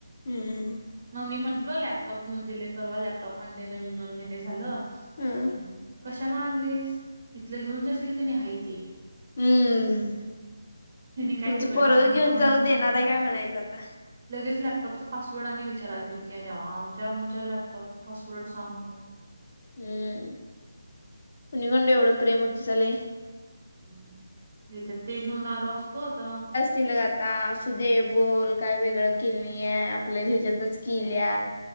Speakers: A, on the left (about 50°); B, on the right (about 45°).
A: हमम.
B: मग मी म्हटलं लॅपटॉप घेऊन दिले परवा लॅपटॉप आणले नवीन दोन महिन झालं.
A: हम्म
B: आणि कशाला आणलेस इथलं घेऊन जाशील की नाही हाय ते.
A: हम्म
B: ह्यांनी काय
A: तुमचं
B: तिकडनं
A: पोरंग
B: आणू
A: घेऊन
B: नका
A: जाऊ
B: म्हणून
A: देणार
B: सांगितलं
A: आहे काय म्हणायचं आता.
B: लगेच लॅपटॉपच पासवर्ड आणि विचाराल तितक्या द्यावा आमच्या आमच्या लॅपटॉपच पासवर्ड सांग म्हणून
A: हम्म कोणी म्हणे एवढं प्रेम उतु चालत.
B: ह नाही तर ते घेऊन आलो असतो तर
A: तिला आता असुदै बोल काय वेगळ केलिया आपल्या ह्याच्यातच केलिया.